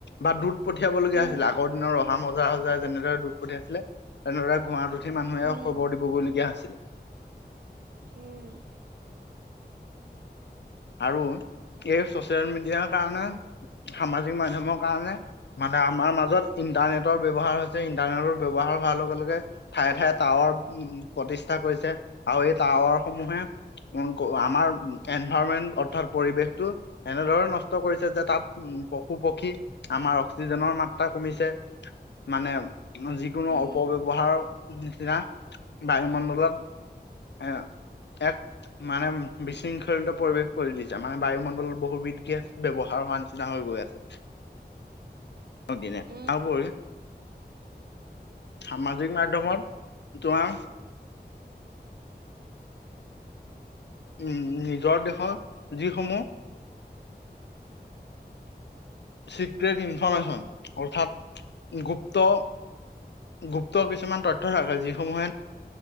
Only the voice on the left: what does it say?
বা দুত পঠিয়াব
লগীয়া হৈছিলে আগৰ দিনৰ ৰ মজা সজাই যেনেদৰে দুধ পঠাই আছিলে তেনেদৰে ঘোঁৰাত উঠি মানুহে
খবৰ দিবগৈলগীয়া হৈছিলে
আৰু এই চচিয়েল মিডিয়াৰ কাৰণে সামাজিক মাধ্যমৰ কাৰণে মানে আমাৰ মাজত ইন্টাৰনেটৰ ব্যৱহাৰ হৈছে ইণ্টাৰনেটৰ ব্যৱহাৰ হোৱাৰ লগে লগে ঠায়ে ঠায়ে টাৱাৰ প্ৰতিষ্ঠা কৰিছে আৰু এই টাৱাৰ সমূহে উ আমাৰ অৰ্থাৎ পৰিবেশটো এনেদৰে নষ্ট কৰিছে যে তাত উম পশু পক্ষী আমাৰ অক্সিজেনৰ মাত্ৰা কমিছে মানে যিকোনো
অপব্যৱহাৰৰ নিচিনা বায়ুমণ্ডলত এ এক মানে বিশৃংখল পৰিৱেশ কৰি দিছে মানে বায়ুমণ্ডলত বহুবিধ গেছ ব্যৱহাৰ হোৱাৰ নিচিনা হৈ গৈ আছে। অ', দিনে
তাৰ উপৰি সামাজিক মাধ্যমত তোমাৰ উম নিজৰ দেশৰ যিসমূহ চিক্ৰেট ইনফৰ্মেশ্যন অৰ্থাৎ গুপ্ত গুপ্ত কিছুমান তথ্য থাকে যিসমূহে